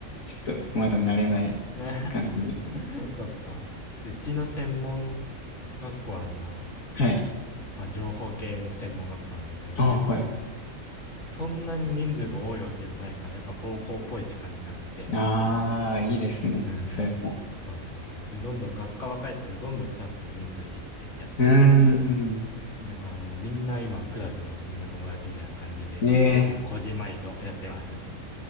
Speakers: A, on the left (about 85°); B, on the left (about 65°).
A: ちょっとまだ慣れない
B: <laughs>
A: 感じですね。
B: そっか。うちの専門学校は、あの、
A: はい。
B: まあ、情報系の専門学校なんだけど、なんか、
A: あ、はい。
B: そんなに人数が多いわけでもないから、やっぱ高校っぽいって感じになってて。
A: ああ、いいですね。
B: うん。
A: それも。
B: そうそうそう。で、どんどん学科は変えてけど、どんどんクラスの人数減ってっちゃって。
A: うーん。
B: だからもうみんな今、クラスのみんな友達みたいな感じで、
A: ねえ
B: 結構こじんまりとやってますね。